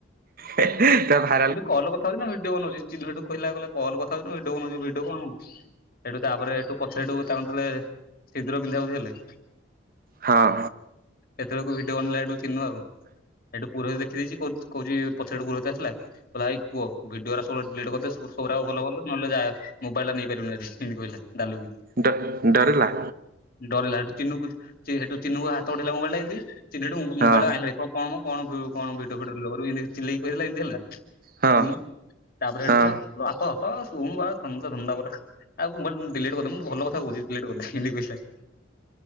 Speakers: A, on the right; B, on the left.
A: ହେ ହେ, ତା ଭା
B: ମୁଁ କହିଲି କଲ୍ ରେ କଥା ହଉଚି ନା ଭିଡିଓ ବନଉଚି, ଚିନୁ ସେଠୁ କହିଲା, କଇଲା କଲ୍ ରେ କଥା ହଉଚି ନାଁ ଭିଡିଓ ବନଉଛି। ଭିଡିଓ କଣ ବ ସେଠୁ ତାପରେ ସେଠୁ ପଛରେଠୁ ତାଙ୍କୁ ଯେତେଳେ, ସିନ୍ଦୂର ପିନ୍ଧା ପିନ୍ଧି ହେଲେ।
A: ହଁ।
B: ସେତେବେଳକୁ ଭିଡିଓ ବନେଇଲା ସେଠୁ ଚିନୁ ଆଉ। ସେଠୁ ପୁରୋହିତ ଦେଖି ଦେଇଛି, କହୁଚି କହୁଚି, ପଛରେ ହେଠୁ ପୁରୋହିତ ଆସିଲା। କହିଲା ଏଇ ପୁଅ ଭିଡିଓଟା ସବୁ ଡିଲେଟ୍ କରିଦେ ସବୁଗୁରା ଭଲ ଭଲ, ନହେଲେ ଯା ମୋବାଲ ଟା ନେଇ ପାରିବୁନି ଆଜି, ଏମତି କହିଲା ଦାଲୁକି।
A: ଡ ଡରିଲା?
B: ଡରିଲା ହେଠୁ ଚିନୁକୁ ଚି ହେଠୁ ଚିନୁକୁ ହାତ ବଢ଼େଇଲା ମୋବାଇଲ ଟା ଏନ୍ତି। ଚିନୁ ହେଠୁ ମୋ
A: ହଁ
B: ମୋବାଇଲଟାକୁ ଆଣିଲାହାରି, କ କଣ ମ କଣ ଭି କଣ ଭିଡିଓ ଫିଡିଓ ଡିଲେଟ୍ କରିବୁ ଏନ୍ତି ଚିଲେଇକି କହିଦେଲା। ଏମିତି ହେଲା।
A: ହଁ
B: ଚିନୁ ତା ପରେ ହେଠୁ
A: ହଁ
B: କହିଲା, ବାପା ବାପା ସୋମ୍ବାର ଧନ୍ଦା ଧନ୍ଦା ପରା। ଆଉ ବଟ ଡିଲେଟ କରିଦମ ମୁଁ ଭଲ କଥା ବୁଝିଥିଲି ହେଠୁ <unintelligible>